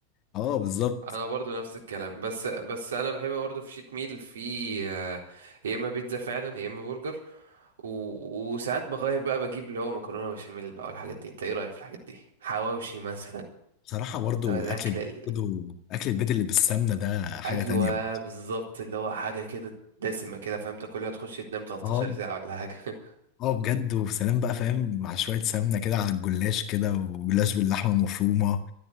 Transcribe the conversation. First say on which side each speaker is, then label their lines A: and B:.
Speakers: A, on the left; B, on the right.
A: اه بالظبط
B: انا برضو نفس الكلام بس بس انا بحب برضو في شيت ميل في آه، يا اما بيتزا فعلا يا اما برجر و... وساعات بغير بقى بجيب اللي هو مكرونه بشاميل بقى والحاجات دي انت ايه رايك في الحاجات دي حواوشي مثلا
A: بصراحة برضو
B: اللي هو الاكل
A: أكل البيت
B: ال-
A: برضو أكل البيت اللي بالسمنة ده حاجة
B: ايوه
A: تانية برضو
B: بالظبط اللي هو حاجه كده دسمه كده فاهم تاكلها تخش تنام 13
A: اه
B: ساعه ولا حاجه <laughs>
A: اه بجد وسلام بقى فاهم مع شوية سمنة كده على الجلاش كده وجلاش باللحمة المفرومة